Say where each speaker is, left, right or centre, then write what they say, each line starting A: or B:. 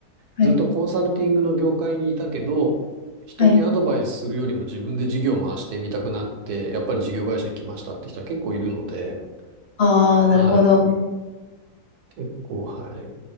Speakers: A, on the left; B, on the right.
A: はい。
B: ずっとコンサルティングの業界にいたけど、人にアドバイスするよりも自分で事業を回してみたくなって、
A: はい。
B: やっぱり事業会社に来ましたって人は結構いるので、
A: ああ、
B: はい。
A: なるほど。
B: 結構、はい。